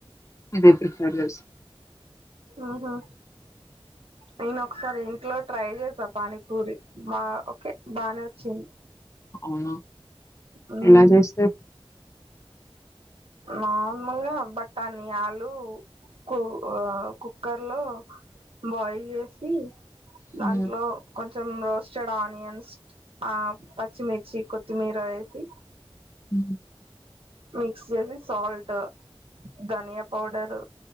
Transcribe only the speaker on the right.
ఉహు నేను ఒకసారి ఇంట్లో ట్రై చేస్ పానీపూరి బా ఓకే బానే వచ్చింది
హ్మ్.
నార్మల్గా బట్టాన్ని ఆలు కు కుక్కర్ లో బాయిల్ చేసి
దాంట్లో కొం కొంచం రోస్టెడ్ ఆనియన్స్ ఆ పచ్చిమిర్చి కొత్తిమీర వేసి
మిక్స్ వసి సాల్ట్ ధనియా పౌడరు